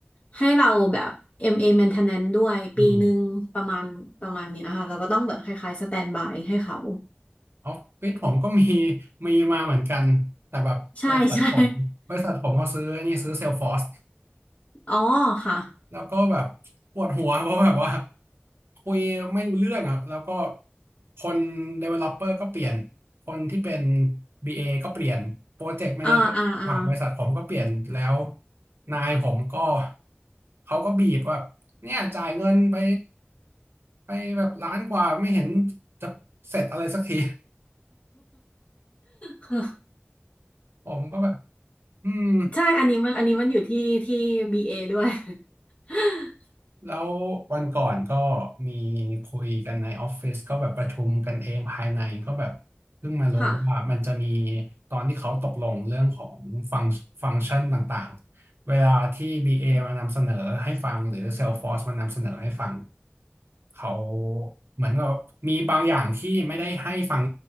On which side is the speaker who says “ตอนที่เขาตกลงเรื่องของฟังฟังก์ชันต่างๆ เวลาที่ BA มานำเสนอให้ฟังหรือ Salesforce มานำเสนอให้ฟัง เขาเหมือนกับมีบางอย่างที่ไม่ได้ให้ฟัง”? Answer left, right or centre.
Right